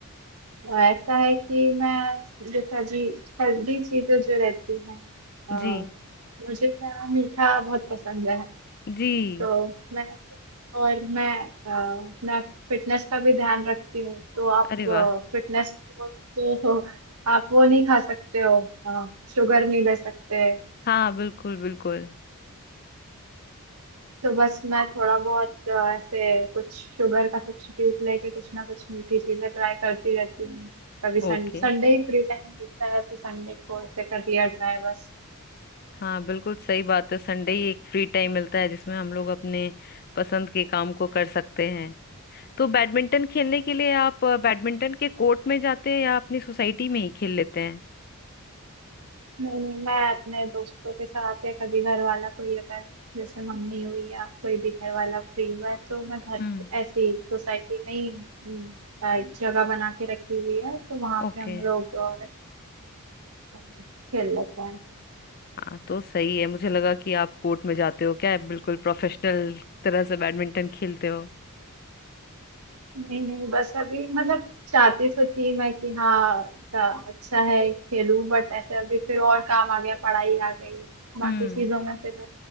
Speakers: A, on the right; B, on the left.
A: ऐसा है कि मैं जैसे अभी हेल्दी चीजें जो रहती हैं अ,
B: जी
A: मुझे क्या मीठा बहुत पसंद है
B: जी
A: तो मैं और मैं अ, अपना फिटनेस का भी ध्यान रखती हूँ तो आप
B: अरे वाह
A: फिटनेस तो आप वो नहीं खा सकते हो शुगर नहीं ले सकते
B: हाँ बिल्कुल बिल्कुल
A: तो बस मैं थोड़ा बहुत अ, ऐसे कुछ शुगर का सब्स्टिट्यूट लेके कुछ ना कुछ मीठी चीजें ट्राई करती रहती हूँ कभी संडे
B: ओके
A: संडे ही फ्री टाइम मिलता है तो संडे को ऐसे कर लिया ट्राई बस
B: हाँ बिल्कुल सही बात है संडे ही एक फ्री टाइम मिलता है जिसमें हम लोग अपने पसंद के काम को कर सकते हैं तो बैडमिंटन खेलने के लिए आप अ, बैडमिंटन के कोर्ट में जाते हैं या अपनी सोसाइटी में ही खेल लेते हैं
A: नहीं नहीं मैं अपने दोस्तों के साथ या कभी घर वाला कोई अगर जैसे मम्मी हुई या कोई भी घर वाला फ्री हुआ है तो मैं घर
B: हम्म
A: ऐसे ही सोसाइटी में ही हम्म, आ, एक जगह बना के रखी हुई है तो वहां
B: ओके
A: पे हम लोग अ, ऐसे खेल लेते हैं
B: हाँ तो सही है मुझे लगा कि आप कोर्ट में जाते हो क्या आप बिल्कुल प्रोफेशनल तरह से बैडमिंटन खेलते हो
A: नहीं नहीं बस अभी मतलब चाहती तो थी मैं कि हाँ ऐसा अच्छा है खेलूं बट ऐसे अभी फिर और काम आ गया पढ़ाई आ गई बाकी
B: हम्म
A: चीजों में फिर